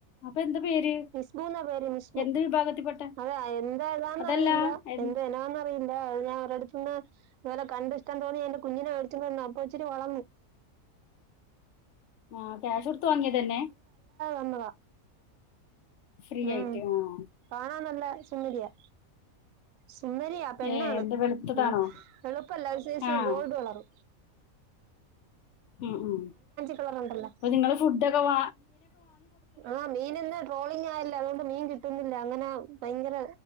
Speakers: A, on the left (about 65°); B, on the right (about 70°).
A: അപ്പൊ എന്താ പേര്
B: മിസ്ബു ന്നാ പേര് മിസ്ബു
A: എന്ത് വിഭാഗത്തിൽപ്പെട്ട
B: അതാ എന്താ ഏതാന്ന്
A: അതല്ല
B: അറിയില്ല എന്താ ഇനോന്നറിയില്ല അത് ഞാൻ അവറെടുത്തുന്ന് ഇതുപോലെ കണ്ടിഷ്ടം തോന്നി അയ്ന്റെ കുഞ്ഞിനെ വേടിച്ചോണ്ട് വന്നതാ അപ്പൊ ഇച്ചിരി വളന്നു
A: ആഹ് ക്യാഷ് കൊടുത്തു വാങ്ങിയതന്നെ
B: <unintelligible>
A: ഫ്രീ
B: ഉം
A: ആയിട്ട് ആഹ്
B: കാണാൻ നല്ല സുന്ദരിയാ സുന്ദരിയാ പെണ്ണാണ്
A: ഏഹ് എന്ത് വെളുത്തതാണോ
B: ഉം വെളുപ്പല്ല ഒരുസൈസ്
A: ആഹ്
B: ഗോൾഡ് കളറ്
A: ഉം ഉം
B: കളർ ഉണ്ടല്ലോ
A: അപ്പൊ നിങ്ങള് ഫുഡൊക്കെ വ
B: ആഹ് മീനിന്ന് ട്രോളിങ് ആയല്ല അതുകൊണ്ട് മീൻ കിട്ടുന്നില്ല അങ്ങനെ ഭയങ്കര